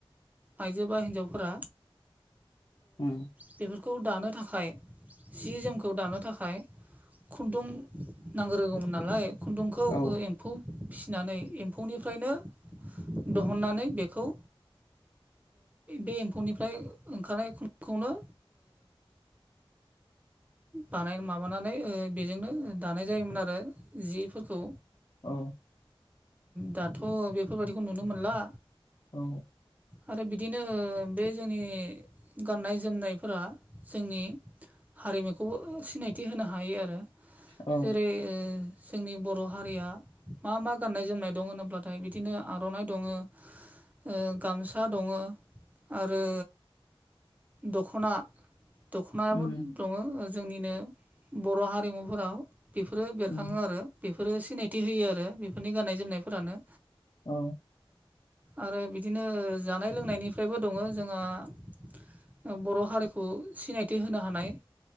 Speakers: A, on the right; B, on the left.
A: आइजो बा हिन्जावफोरा
B: उम
A: बेफोरखौ दानो थाखाय जि जोमखौ दानो थाखाय खुन्दुं नांग रोगौमोन नालाय खुन्दुंखौ
B: औ
A: एम्फौ फिसिनानै एम्फौनिफ्रायनो दिहुननानै बेखौ बे एम्फौनिफ्राय ओंखारनायखौनो बानाय माबानानै बेजोंनो दानाय जायोमोन आरो जिफोरखौ
B: औ
A: दाथ' बेफोरबायाददिखौ नुनो मोनला
B: औ
A: आरो बिदिनो बे जोंनि गाननाय जोमनायफोरा जोंनि हारिमुखौ बे खौबो सिनायथि होनो हायो आरो
B: औ
A: जेरै जोंनि बर' हारिया मा मा गाननाय जोमनाय दं होनोब्लाथाय बिदिनो आर'नाइ दङ ओ गामसा दङ आरो दख'ना दख'नायाबो
B: उम
A: दङ जोंनिनो बर' हारिमुफोराव बेफोरो बेरखाङो
B: उम
A: आरो बेफोरो सिनायथि होयो आरो बेफोरनि गाननाय जोमनायफोरानो
B: औ
A: आरो बिदिनो जानाय लोंनायनिफ्रायबो दङ जोंहा बर' हारिखौ सिनायथि होनो हानाय